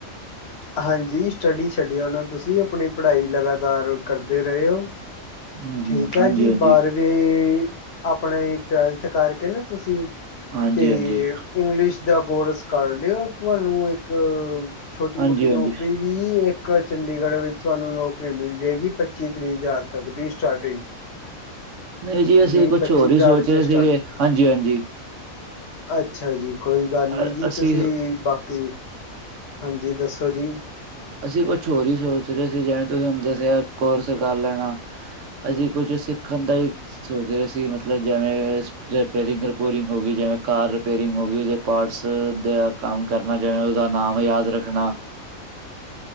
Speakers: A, on the left; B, on the right.
A: ਹਾਂਜੀ, ਸਟੱਡੀ ਛੱਡ ਆਣਾ ਤੁਸੀਂ ਆਪਣੀ ਪੜ੍ਹਾਈ ਲਗਾਤਾਰ ਕਰਦੇ ਰਹੇ ਹੋ।
B: ਹਮ ਹਮ
A: ਠੀਕ, ਹੈ
B: ਹਾਂਜੀ
A: ਜੀ
B: ਹਾਂਜੀ
A: ਬਾਰਵੀਂ, ਵੀ ਆਪਣੇ ਟਵੈਲਥ ਕਰਕੇ ਨਾ ਤੁਸੀਂ
B: ਹਾਂਜੀ
A: ਤੇ
B: ਹਾਂਜੀ
A: ਇੰਗਲਿਸ਼ ਦਾ ਕੋਰਸ ਕਰ ਲਿਓ ਤੁਹਾਨੂੰ ਇੱਕ ਛੋਟੀ
B: ਹਾਂਜੀ
A: ਮੋਟੀ ਨੌਕਰੀ
B: ਹਾਂਜੀ
A: ਵੀ ਇੱਕ ਚੰਡੀਗੜ੍ਹ ਵਿੱਚ ਤੁਹਾਨੂੰ ਨੌਕਰੀ ਮਿਲ ਜਾਏਗੀ। ਪੱਚੀ ਤ੍ਰੀਹ ਹਜ਼ਾਰ ਤੱਕ ਦੀ ਸਟਾਰਟਿੰਗ, <unintelligible>
B: ਨਹੀਂ ਜੀ ਅਸੀਂ
A: ਵੀਹ
B: ਕੁਛ
A: ਪੱਚੀ
B: ਹੋਰ
A: ਹਜ਼ਾਰ
B: ਹੀ ਸੋਚ
A: ਚ
B: ਰਹੇ
A: ਸਟਾਰਟਿੰਗ
B: ਸੀਗੇ, ਹਾਂਜੀ ਹਾਂਜੀ
A: ਅੱਛਾ ਜੀ, ਕੋਈ ਗੱਲ ਨਹੀਂ
B: ਅ-
A: ਜੀ
B: ਅਸੀਂ
A: ਤੁਸੀਂ, ਬਾਕੀ ਹਾਂਜੀ, ਦੱਸੋ ਜੀ
B: ਅਸੀਂ ਕੁਛ ਹੋਰ ਹੀ ਸੋਚ ਰਹੇ ਸੀ ਜਿਵੇਂ ਤੁਸੀਂ ਹੂੰ ਦੱਸਿਆ ਕੋਰਸ ਕਰ ਲੈਣਾ। ਅਸੀਂ, ਕੁਝ ਸਿੱਖ ਖੰਦਾ ਹੀ ਸੋਚ ਰਿਹਾ ਸੀ ਮਤਲਬ, ਜਿਵੇਂ ਰਿਪੇਰਿੰਗ ਰਿਪੋਰਿੰਗ ਹੋ ਗਈ ਜਿਵੇਂ, ਕਾਰ ਰਿਪੇਰਿੰਗ ਹੋ ਗਈ ਉਹਦੇ ਪਾਰਟਸ ਦਾ ਕੰਮ ਕਰਨਾ ਜਵੇਂ ਉਹਦਾ ਨਾਮ ਯਾਦ ਰੱਖਣਾ।